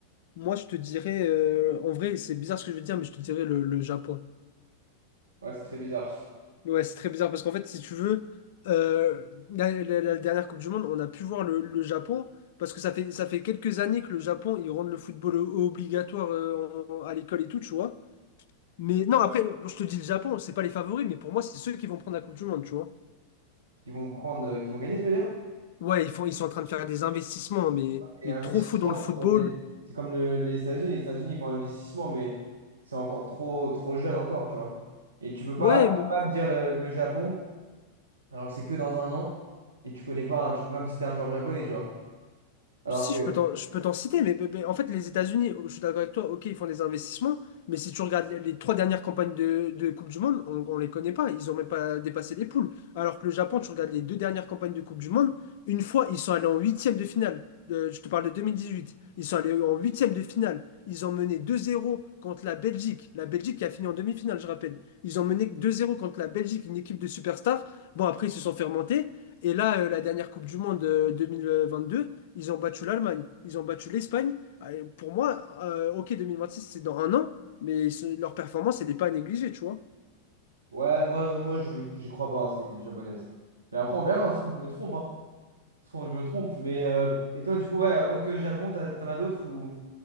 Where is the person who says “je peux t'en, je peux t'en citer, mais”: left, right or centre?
Left